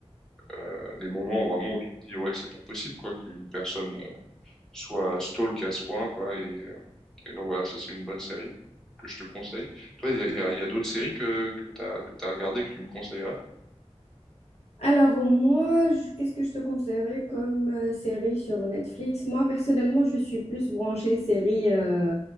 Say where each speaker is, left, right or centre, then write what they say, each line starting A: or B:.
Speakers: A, in the centre; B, on the left.
A: euh, des moments vraiment où tu te dis ouais c'est pas possible quoi qu'une personne euh, soit stalk à ce point quoi et, et donc voilà ça c'est une bonne série que je te conseille toi il y a, il y a- il y a d'autres séries que que t'as que t'as regardé que tu me conseillerais
B: Alors moi, je- qu'est-ce que je te conseillerais comme euh, série sur Netflix? Moi, personnellement, je suis plus branchée série euh,